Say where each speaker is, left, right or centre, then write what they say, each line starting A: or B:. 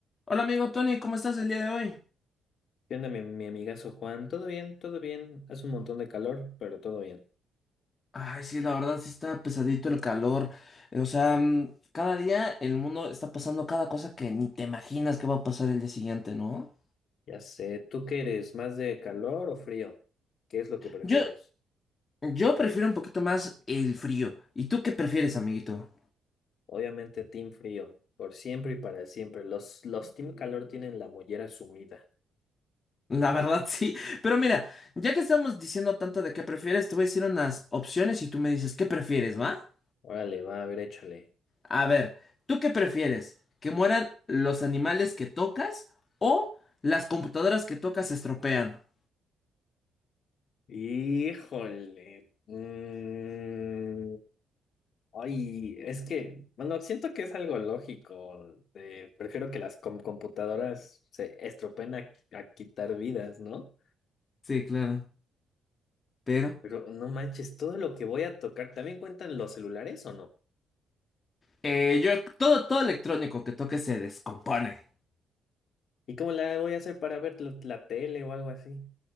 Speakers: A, on the left; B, on the left.
A: Hola amigo Tony, ¿cómo estás el día de hoy?
B: ¿Qué onda, mi, mi amigazo Juan? ¿Todo bien? ¿Todo bien? Hace un montón de calor, pero todo bien.
A: Ay, sí, la verdad sí está pesadito el calor. Eh, O sea, mm, cada día el mundo está pasando cada cosa que ni te imaginas que va a pasar el día siguiente, ¿no?
B: Ya sé, ¿tú qué eres? ¿Más de calor o frío? ¿Qué es lo que prefieres?
A: Yo, yo prefiero un poquito más el frío. ¿Y tú qué prefieres, amiguito?
B: Obviamente, team frío, por siempre y para siempre. Los, los team calor tienen la mollera sumida.
A: La verdad <laughs> sí. Pero mira, ya que estamos diciendo tanto de qué prefieres, te voy a decir unas opciones y tú me dices qué prefieres, ¿va?
B: Órale, va, a ver, échale.
A: A ver, ¿tú qué prefieres? ¿Que mueran los animales que tocas o las computadoras que tocas se estropean?
B: Híjole. Mm, Ay, es que, bueno, siento que es algo lógico. Eh, prefiero que las com- computadoras se estropen a a quitar vidas, ¿no?
A: Sí, claro. Pero
B: Pero no manches, todo lo que voy a tocar, ¿también cuentan los celulares o no?
A: eh, yo todo todo electrónico que toque se descompone.
B: ¿Y cómo la voy a hacer para ver la, la tele o algo así?